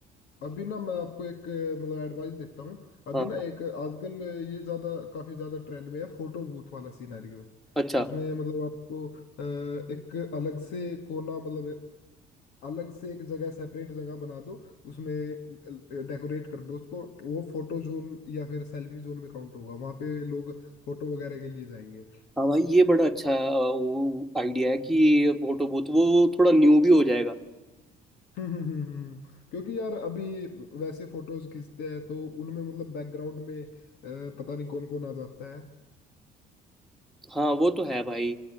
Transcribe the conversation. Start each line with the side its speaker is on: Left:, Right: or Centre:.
Left: अभी ना मैं आपको एक अ, मतलब एडवाइस देता हूँ अभी
Centre: हाँ
Left: ना एक आजकल ये ज्यादा काफी ज्यादा ट्रेंड में है फोटो बूथ वाला सिनेरियो
Centre: अच्छा
Left: उसमें मतलब आपको अ, एक अलग से कोना मतलब अलग से एक जगह सेपरेट जगह बना दो उसमें डेकोरेट कर दो उसको वो फोटो जोन या फिर सेल्फी जोन में काउंट होगा वहां पे लोग फोटो वगैरह के लिए जाएंगे
Centre: हाँ भाई ये बड़ा अच्छा अ, वो आइडिया है कि फोटो बूथ वो थोड़ा न्यू भी हो जाएगा
Left: <laughs> हम्म हम्म हम्म हम्म। क्योंकि यार अभी वैसे फोटोज खींचते हैं तो उनमें मतलब बैकग्राउंड में अ, पता नहीं कौन कौन आ जाता है
Centre: हाँ वो तो है भाई